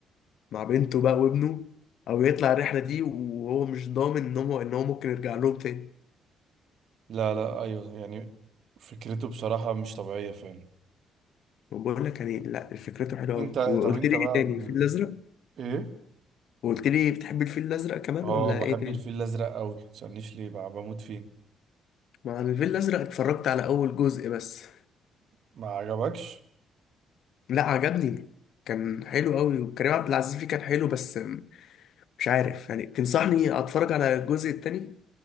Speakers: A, on the left (about 70°); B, on the right (about 60°).
A: مع بنته بقى وابنه أو يطلع الرحلة دي وهو مش ضامن إن هو إن هو ممكن يرجع لهم تاني
B: لا لا ايوه يعني فكرته بصراحة مش طبيعية فعلا
A: بقول لك يعني لا فكرته حلوه
B: انت
A: قوي وقلت
B: طب انت
A: لي
B: بقى
A: ايه تاني
B: بال...
A: الفيل الازرق
B: ايه
A: وقلت لي بتحب الفيل الازرق كمان
B: اه
A: ولا
B: بحب
A: ايه تاني
B: الفيل الازرق قوي متسألنيش ليه بقى بموت فيه
A: مع الفيل الازرق اتفرجت على اول جزء بس
B: ما عجبكش
A: لا عجبني كان حلو قوي وكريم عبد العزيز فيه كان حلو بس مش عارف يعني تنصحني اتفرج على الجزء التاني